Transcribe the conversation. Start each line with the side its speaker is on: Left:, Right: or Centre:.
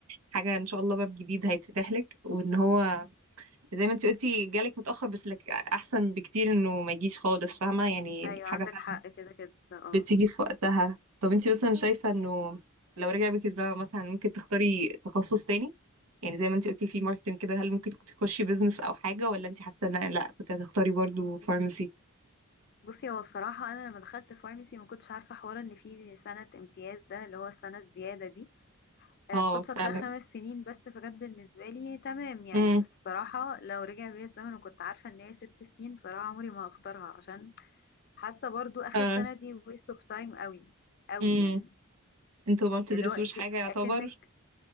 Right: حاجه ان شاء الله باب جديد هيتفتح لك وان هو زي ما انت قلتي جالك متاخر بس لك احسن بكتير انه ما يجيش خالص فاهمه يعني
Left: ايوه
Right: الحاجه
Left: عندك
Right: فعلا
Left: حق كده كده اه
Right: بتيجي في وقتها طب انت مثلا شايفه انه لو رجع بك الزمن مثلا ممكن تختاري تخصص تاني يعني زي ما انت قلتي في ماركتنج كده هل ممكن كنت تخشي بيزنس او حاجه ولا انت حاسه ان لا كنت هتختاري برضو فارماسي
Left: بصي هو بصراحة أنا لما دخلت فارمسي ما كنتش عارفة حوار إن في سنة امتياز ده اللي هو السنة الزيادة دي آه،
Right: اه
Left: فكنت فاكراها
Right: فعلا
Left: خمس سنين بس فكانت بالنسبة لي تمام يعني
Right: امم
Left: بس بصراحة لو رجع بيا الزمن وكنت عارفة إن هي ست سنين بصراحة عمري ما هختارها عشان حاسة برضو آخر
Right: اه
Left: سنة دي waste of time قوي قوي
Right: امم
Left: يعني
Right: انتوا ما بتدرسوش
Left: اللي هو أنت
Right: حاجة يعتبر
Left: أكنك